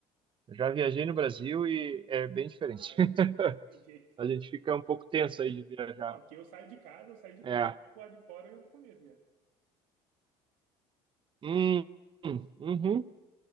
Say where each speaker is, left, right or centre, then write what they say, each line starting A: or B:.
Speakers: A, on the right (about 35°); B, on the right (about 80°).
A: Eu já viajei no Brasil e é bem diferente.
B: Ah, é,
A: <laughs>
B: não tem jeito.
A: A gente fica um pouco tenso aí de viajar.
B: Bom, que eu saio de casa, eu saio de
A: É.
B: casa, fico lá de fora e eu tô com medo já.
A: Hum, hum, uhum.